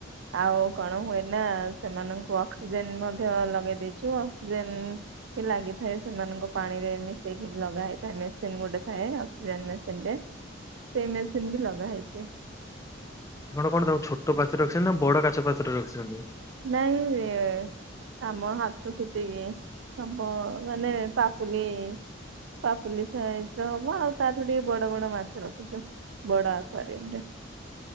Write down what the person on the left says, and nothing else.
ଆପଣ କଣ ତାଙ୍କୁ ଛୋଟ ପାତ୍ରରେ ରଖିଚନ୍ତି ନା ବଡ କାଚ ପାତ୍ରରେ ରଖିଚନ୍ତି?